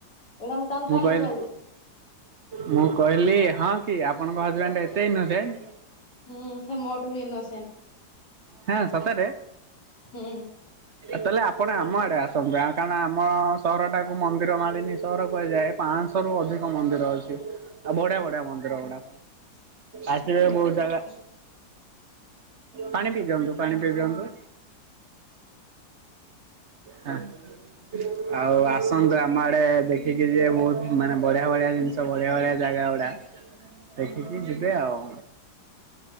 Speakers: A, on the left; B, on the right.
A: ଏଇଟା ତାଙ୍କୁ
B: ମୁଁ
A: କାହିଁକି
B: କହିଲି
A: କହିବି
B: ମୁଁ କହିଲି। ହଁ କି ଆପଣଙ୍କ ହଜବେଣ୍ଡ୍ ଏତେ ଇନୋସେଣ୍ଟ୍।
A: ହୁଁ ସେ ମୋଠୁ ବି ଇନୋସେଣ୍ଟ
B: ହଁ। ସତରେ।
A: ହୁଁ
B: ତାହାଲେ ଆପ୍ ଆପଣ ଆମ ଆଡେ ଆସନ୍ତୁ। କାରଣ ଆମ ସହରଟା ମନ୍ଦିର ମାଳିନୀ ସହର କୁହାଯାଏ। ପାଞ୍ଚଶହ ରୁ ଅଧିକ ମନ୍ଦିର ଅଛି। ଆଉ ବଢିଆ ବଢିଆ ମନ୍ଦିର ଗୁଡା। ଆସିବେ ବହୁତ ଜାଗା।
A: <inaudible>
B: ପାଣି ପିଇ ଦିଅନ୍ତୁ ପାଣି ପିଇ ଦିଅନ୍ତୁ। ହଁ ଆଉ ଆ ସଂଗ୍ରାମ ଆଡେ ଦେଖିକି ଯିବେ ବହୁତ ମାନେ ବଢିଆ ବଢିଆ ଜିନିଷ। ବଢିଆ ବଢିଆ। ଜାଗା ଗୁଡା ଦେଖିକି ଯିବେ ଆଉ।